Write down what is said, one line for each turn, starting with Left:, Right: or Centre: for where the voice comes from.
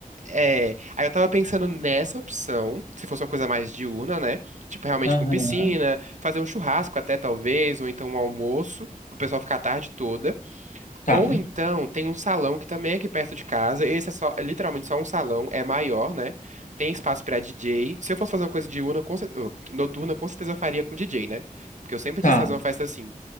Right: É, aí eu tava pensando nessa opção, se fosse uma coisa mais diurna, né? Tipo, realmente
Left: Aham.
Right: com piscina, fazer um churrasco até talvez, ou então um almoço, pro pessoal ficar a tarde toda.
Left: Tá,
Right: Ou então tem um salão que também é aqui perto de casa, esse é só, é literalmente só um salão, é maior, né? Tem espaço pra DJ. Se eu fosse fazer uma coisa diurna, com cer- oh, noturna, com certeza eu faria com DJ, né? Porque eu sempre
Left: tá.
Right: quis fazer uma festa assim.